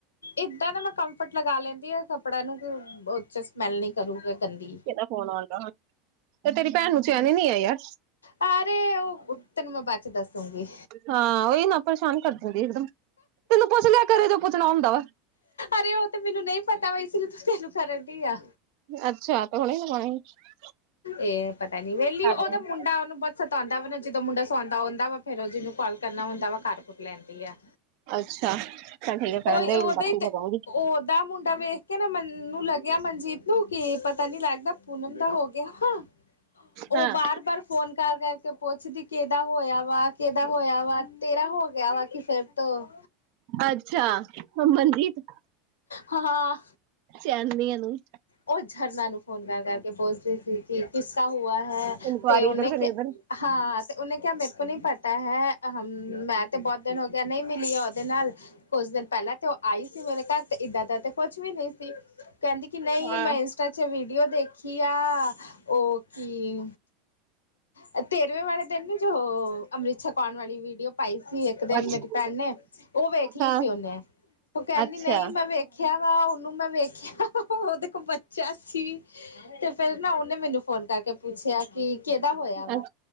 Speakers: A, on the left; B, on the right.
A: ਏਦਾਂ ਦਾ ਮੈਂ ਕੰਫਰਟ ਲਗਾ ਲੈਂਦੀ ਆ ਕੱਪੜਿਆਂ ਨੂੰ, ਕਿ ਉਹ ਚ ਸਮੈਲ ਨਹੀਂ ਕਰੂਗਾ ਗੰਦੀ।
B: ਉਹਦਾ ਫ਼ੋਨ ਆਂਦਾ ਹੁਣ, ਉਹ ਤੇਰੀ ਭੈਣ ਨੂੰ ਚੈਣ ਐ ਨੀ ਐ ਯਰ।
A: ਅਰੇ ਉਹ ਤੈਨੂੰ ਮੈਂ ਬਾਦ ਚ ਦੱਸੂਗੀ।
B: ਹਾਂ ਉਹੀ ਨਾ ਪਰੇਸ਼ਾਨ ਕਰਦੇਦੀ ਇਕਦਮ ਤੈਨੂੰ ਪੁੱਛ ਲਿਆ ਕਰਰੇ ਪੁੱਛਣਾ ਹੁੰਦਾ ਵਾ।
A: ਅਰੇ ਉਹ ਤੇ ਮੈਨੂੰ ਨਹੀਂ ਪਤਾ ਐਸ ਕਾਰਕੇ ਮੈ ਤੈਨੂੰ ਕਰਨ ਡ ਆ।
B: ਅੱਛਾ ਤਾਂ ਹੁਣੇ <unintelligible>
A: ਇਹ ਪਤਾ ਨੀ ਵਹਲੀ
B: ਕੱਟ
A: ਉਹਦਾ
B: ਦੇਣਾ
A: ਮੁੰਡਾ ਉਹਨੂੰਹੁਤ ਸਤਾਉਂਦਾ ਵਾ ਨਾ ਜਦੋਂ ਮੁੰਡਾ ਸੌਉਂਦਾ ਹੁੰਦਾ ਵਾ ਫੇਰ ਉਹ ਜਿਹਨੂੰ ਕਾਲ ਕਰਨਾ ਹੁੰਦਾ ਵਾ ਕਾਰ ਕੁਰ ਲੈਂਦੀ ਆ।
B: ਅੱਛਾ ਚੱਲ ਠੀਕ ਹੈ ਕਰਨ
A: ਓਹ
B: ਦੇ
A: ਓਹੀ
B: ਬਾਕੀ
A: ਹ ਤੇ
B: ਲਗਾਉਂਗੀ
A: ਓਦਾ ਮੁੰਡਾ ਵੇ। ਕਹਿੰਦਾ ਮੈਨੂੰ ਲੱਗਿਆ ਮਨਜੀਤ ਨੂੰ ਕਿ ਪਤਾ ਨੀ ਲੱਗਦਾ ਪੂਨਮ ਦਾ ਹੋ ਗਿਆ ਹਾਂ। ਉਹ
B: ਹਾਂ
A: ਬਾਰ ਬਾਰ ਫੋਨ ਕਰ ਕਰਕੇ ਪੁੱਛਦੀ ਕਿਹਦਾ ਹੋਇਆ ਵਾ ਕਿਹਦਾ ਹੋਇਆ ਵਾ ਤੇਰਾ ਹੋ ਕਿਹਾ ਹੈ ਫੇਰ ਤੋਂ।
B: ਅੱਛਾ। ਮਨਜੀਤ।
A: ਹਾਂ-ਹਾਂ।
B: ਚੈਨ ਨੀ ਏਹਨੂੰ।
A: ਉਹ ਛਰਨਾ ਨੂੰ ਫੋਨ ਕਰ ਕਰ ਕੇ ਪੁੋਛਦੀ ਸੀ ਕਿ ਕਿਸਕਾ ਹੁਆ ਹੈ
B: ਇਨਕੁਆਰੀ
A: ਤੇ ਓਹ
B: ਇਧਰ ਸੇ ਨਹੀਂ ਉਧਰ
A: ਹਾਂ ਤੇ ਉਹਨੇ ਕਿਹਾ ਮੇਰੇ ਕੋ ਨੀ ਪਤਾ ਹੈ ਹ ਮੈਂ ਤੇ ਬਹੁਤ ਦਿਨ ਹੋ ਗਿਆ ਨਹੀਂ ਮਿਲੀ ਉਹਦੇ ਨਾਲ। ਕੁਝ ਦਿਨ ਪਹਿਲਾਂ ਤੇ ਉਹ ਆਈ ਸੀ ਮੇਰੇ ਘਰ ਤੇ ਇਏਦਾਂ ਦਾ ਤੇ ਕੁਛ ਵੀ ਨਹੀਂ ਸੀ। ਕਹਿੰਦੀ ਕਿ ਨਹੀਂ
B: ਹਾਂ
A: ਮੈਂ ਇੰਸਟਾ ਚ ਵੀਡੀਓ ਦੇਖੀ ਆ। ਓਕੀ, ਇਹ ਤੇਰਵੇਂ ਵਾਲੇ ਦਿਨ ਅੰਮ੍ਰਿਤ ਛਕਾਉਣ ਵਾਲੀ ਵੀਡੀਓ ਪਾਈ ਸੀ ਇੱਕ ਦਿਨ
B: ਅੱਛਾ
A: ਮੇਰੀ ਭੈਣ ਨੇ। ਉਹ ਵੇਖ ਲਈ
B: ਹਾਂ
A: ਸੀ ਉਹਨੇ ਉਹ ਕਹਿੰਦੀ
B: ਅੱਛਾ
A: ਨਹੀਂ ਮੈਂ ਵੇਖਿਆ ਵਾ ਉਹਨੂੰ ਮੈਂ ਵੇਖਿਆ ਓਹ ਤੇ ਕੋ ਬੱਚਾ ਸੀ। ਤੇ ਫੇਿਰ ਨਾ ਉਹਨੇ ਮੈਨੂੰ ਫੋਨ ਕਰਕੇ ਪੁੱਛਿਆ ਕਿ ਕਿਹਦਾ ਹੋਇਆ
B: ਅੱਛ
A: ਵਾ।